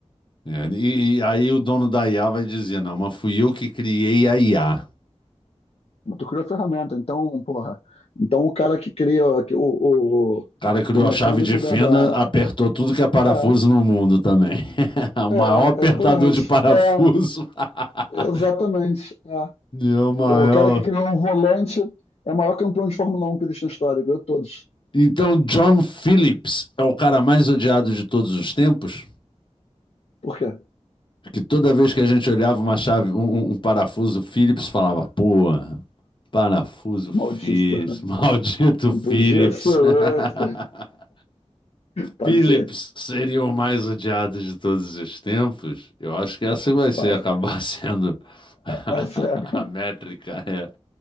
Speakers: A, on the left (about 45°); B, on the left (about 60°).
A: É, e, e aí o dono da IA vai dizer, não, mas fui eu que criei a IA.
B: Mas tu criou a ferramenta, então, porra. Então o cara que cria o, o, o,
A: O cara criou
B: o mecânico
A: a chave de fenda,
B: da, da-
A: apertou tudo que é parafuso
B: É,
A: no mundo também. <laughs> o maior
B: é,
A: apertador
B: exatamente.
A: de parafuso.
B: É,
A: <laughs>
B: exatamente. É.
A: E é o maior.
B: O cara que criou um volante é o maior campeão de Fórmula Um que existe na história, ganhou todos.
A: Então, John Phillips é o cara mais odiado de todos os tempos?
B: Por quê?
A: Que toda vez que a gente olhava uma chave, um, um um parafuso Phillips, falava, porra, parafuso Phillips,
B: Maldito.
A: maldito
B: Não
A: Phillips.
B: podia ser
A: <laughs>
B: outro. Pode
A: Phillips
B: ser.
A: seria o mais odiado de todos os tempos? Eu acho que essa vai ser
B: Mas,
A: acabar sendo <laughs>
B: é, é sério.
A: a métrica, é.